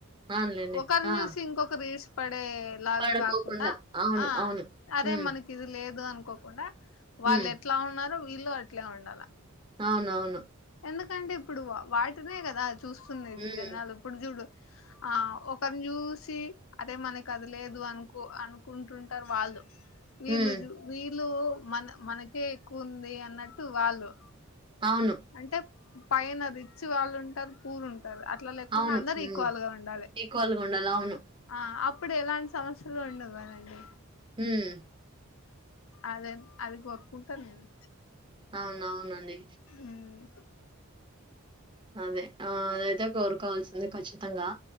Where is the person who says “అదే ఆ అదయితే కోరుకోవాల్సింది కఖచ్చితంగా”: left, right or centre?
Right